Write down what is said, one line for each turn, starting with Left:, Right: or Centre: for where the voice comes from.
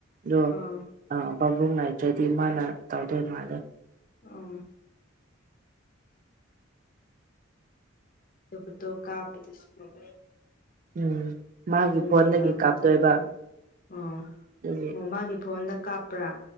Right: ꯗꯣ
Left: ꯑꯣ
Right: ꯑ ꯄꯥꯕꯨꯡ ꯉꯥꯏꯇꯗ꯭ꯔꯗꯤ ꯃꯥꯅ ꯇꯧꯗꯣꯏ ꯃꯥꯜꯂꯦ
Left: ꯑꯣ ꯄꯨꯇꯣ ꯀꯥꯞꯄꯗ <unintelligible>
Right: ꯎꯝ ꯃꯥꯒꯤ
Left: ꯃꯤ
Right: ꯐꯣꯟꯗꯒꯤ
Left: ꯃꯌꯥꯝ
Right: ꯀꯥꯞꯇꯣꯏꯕ
Left: <unintelligible> ꯑꯣ
Right: ꯑꯗꯨꯒꯤ
Left: ꯑꯣ ꯃꯥꯒꯤ ꯐꯣꯟꯗ ꯀꯥꯞꯄ꯭ꯔꯥ